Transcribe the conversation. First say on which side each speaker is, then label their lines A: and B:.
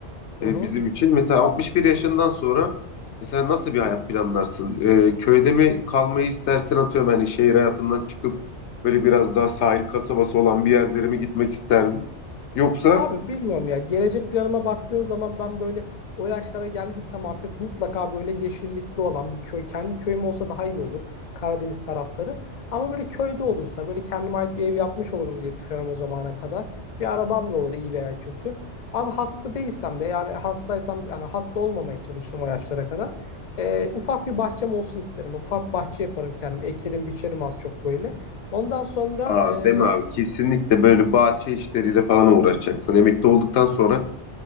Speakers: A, on the left; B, on the left.
A: Hı
B: e,
A: hı.
B: bizim için. Mesela 61 yaşından sonra mesela nasıl bir hayat planlarsın? E, köyde mi kalmayı istersin atıyorum hani şehir hayatından çıkıp böyle biraz daha sahil kasabası olan bir yerlere mi gitmek isterdin? Yoksa
A: Abi bilmiyorum ya. Gelecek planıma baktığın zaman ben böyle o yaşlara geldiysem artık mutlaka böyle yeşillikli olan bir köy. Kendi köyüm olsa daha iyi olur. Karadeniz tarafları. Ama böyle köyde olursa böyle kendime ait bir ev yapmış olurum diye düşünüyorum o zamana kadar. Bir arabam da olur iyi veya kötü. Abi hasta değilsem de yani hastaysam yani hasta olmamaya çalışırım o yaşlara kadar. Ee, ufak bir bahçem olsun isterim. Ufak bir bahçe yaparım kendim. Ekerim, biçerim az çok böyle. Ondan sonra
B: aa
A: e,
B: deme abi kesinlikle böyle bahçe işleriyle falan uğraşacaksın. Emekli olduktan sonra